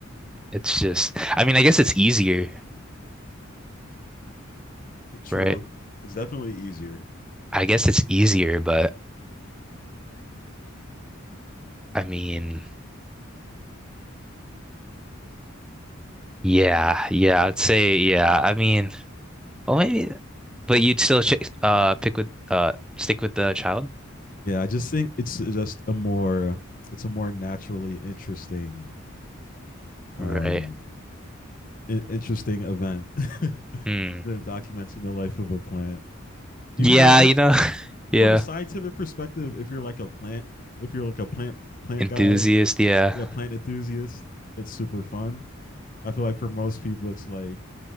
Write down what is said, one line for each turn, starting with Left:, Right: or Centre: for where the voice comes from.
Centre: it's just, I mean, I guess it's easier,
Left: True.
Centre: right?
Left: It's definitely easier.
Centre: I guess it's easier, but I mean, yeah, yeah, I'd say, yeah. I mean, well, maybe, but you'd still ch uh pick with uh stick with the child,
Left: Yeah, I just think it's just a more it's a more naturally interesting um
Centre: right?
Left: i- interesting event <laughs>
Centre: Hmm.
Left: than documenting the life of a plant. Even
Centre: Yeah,
Left: though I
Centre: you know, <laughs> yeah,
Left: from a scientific perspective, if you're like a plant, if you're like a plant plant
Centre: enthusiast,
Left: guy,
Centre: yeah.
Left: yeah, plant enthusiast, it's super fun I feel like for most people, it's like,